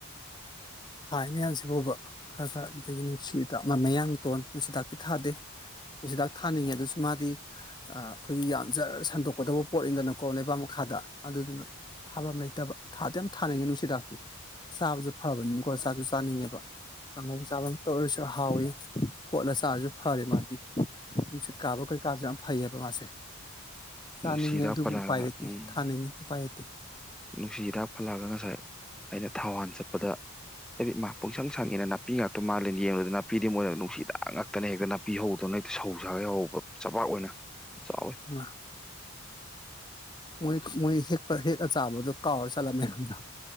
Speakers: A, on the left (about 20°); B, in the centre.
A: ꯊꯥꯏ ꯃꯌꯥꯝꯁꯤ ꯐꯥꯎꯕ ꯈꯔ ꯈꯔ ꯑꯗꯨꯗꯒꯤ ꯅꯨꯡꯁꯤꯗꯥꯛ ꯃꯌꯥꯡꯇꯣꯟ ꯅꯨꯡꯁꯤꯗꯥꯛꯇꯤ ꯊꯥꯗꯦ ꯅꯨꯡꯁꯤꯗꯥꯛ ꯊꯥꯅꯤꯡꯉꯦ ꯑꯗꯨꯁꯨ ꯃꯥꯗꯤ ꯑꯩꯈꯣꯏꯒꯤ ꯌꯥꯝ ꯖꯔ ꯁꯟꯗꯣꯛꯀꯗꯧꯕ ꯄꯣꯠꯅꯤꯗꯅꯀꯣ ꯂꯩꯕꯥꯛ ꯃꯈꯥꯗ ꯑꯗꯨꯗꯨꯅ ꯊꯥꯐꯝ ꯂꯩꯇꯕ ꯊꯥꯗꯤ ꯌꯥꯝ ꯊꯥꯅꯤꯡꯉꯦ ꯅꯨꯡꯁꯤꯗꯥꯛꯇꯤ ꯆꯥꯕꯁꯨ ꯐꯕꯅꯤꯅ ꯀꯣ ꯆꯥꯁꯨ ꯆꯥꯅꯤꯡꯉꯦꯕ ꯀꯥꯡꯉꯧ ꯆꯥꯕꯇ ꯇꯧꯔꯁꯨ ꯍꯥꯎꯋꯤ ꯀꯣꯠꯂ ꯆꯥꯔꯁꯨ ꯐꯔꯦ ꯃꯥꯗꯤ ꯅꯨꯡꯁꯤꯠ ꯀꯥꯕ ꯀꯩꯀꯥꯁꯨ ꯌꯥꯝ ꯐꯩꯌꯦꯕ ꯃꯥꯁꯦ ꯆꯥꯅꯤꯡꯉꯦ
B: ꯅꯨꯡꯁꯤ ꯍꯤꯗꯥꯛ
A: ꯑꯗꯨꯕꯨ
B: ꯄꯜꯂꯛꯑꯒ
A: ꯎꯄꯥꯏ ꯂꯩꯇꯦ
B: ꯎꯝ
A: ꯊꯥꯅꯤꯡꯉꯤ ꯎꯄꯥꯏ ꯂꯩꯇꯦ
B: ꯅꯨꯡꯁꯤ ꯍꯤꯗꯥꯛ ꯄꯜꯂꯛꯑꯒ ꯉꯁꯥꯏ ꯑꯩꯅ ꯑꯩꯅ ꯊꯧꯋꯥꯟ ꯆꯠꯄꯗ ꯍꯥꯏꯗꯤ ꯃꯥ ꯄꯨꯡꯁꯪ ꯁꯪꯉꯦꯅ ꯅꯥꯄꯤ ꯉꯥꯛꯇ ꯃꯥꯂꯦ ꯌꯦꯡꯕꯨꯗ ꯅꯥꯄꯤꯗꯤ ꯃꯣꯏꯅ ꯅꯨꯡꯁꯤꯗ ꯉꯥꯛꯇꯅꯦ ꯍꯦꯛꯇ ꯅꯥꯄꯤ ꯍꯧꯗꯧꯅ ꯍꯦꯛꯇ ꯁꯧ ꯁꯥꯒꯦ ꯍꯧꯕ ꯆꯕꯥꯛ ꯑꯣꯏꯅ ꯆꯥꯎꯋꯦ
A: ꯑ ꯃꯣꯏ ꯃꯣꯏ ꯍꯦꯛ ꯍꯦꯛ ꯆꯥꯕꯗ ꯀꯧꯔ ꯖꯥꯠꯂ ꯃꯌꯥꯝꯗꯣ